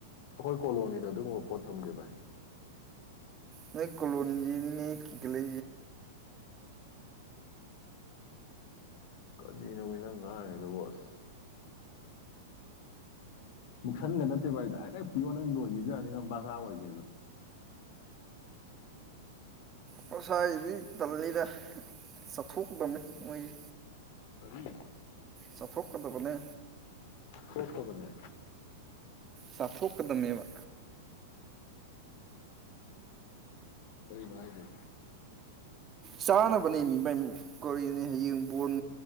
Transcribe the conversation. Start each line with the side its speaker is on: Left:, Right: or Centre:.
Left: ꯑꯩꯈꯣꯏ ꯀꯣꯂꯣꯅꯤꯗ ꯑꯗꯨꯒꯨꯝꯕ ꯄꯣꯠ ꯊꯝꯒꯦ ꯚꯥꯏ
Right: ꯅ ꯀꯂꯣꯅꯤꯒꯤꯅꯤꯅꯦ ꯏꯒꯂ
Left: ꯀꯔꯤꯅꯣꯃꯤꯠꯅꯪ ꯉꯥꯡꯉꯦꯗꯕꯣꯁ ꯃꯨꯛꯁꯟꯒ ꯅꯠꯇꯦꯕꯚ ꯑꯩ ꯗꯥꯏꯔꯦꯛ ꯄꯤꯌꯣ ꯅꯪ ꯂꯣꯏꯈꯤꯁꯤ ꯌꯥꯅꯤꯅ ꯕꯥꯀꯥ ꯑꯣꯏꯒꯦꯁꯨ
Right: ꯄ꯭ꯔꯁꯗꯤ ꯇꯜꯅꯤꯗ ꯆꯠꯊꯣꯛꯀꯗꯕꯅꯤ ꯃꯣꯏꯒꯤ
Left: ꯀꯔꯤ
Right: ꯆꯐꯣꯛ ꯀꯗꯕꯅꯤ
Left: ꯊꯣꯛꯇꯕꯅꯦ
Right: ꯆꯥꯊꯣꯛꯀꯗꯝꯅꯦꯕ
Left: ꯀꯔꯤ ꯅꯥ ꯍꯥꯏꯗ
Right: ꯆꯥꯅꯕꯅꯦ ꯃꯤꯃ ꯀꯧꯔꯤꯅꯤ ꯍꯌꯦꯡ ꯕꯣꯜ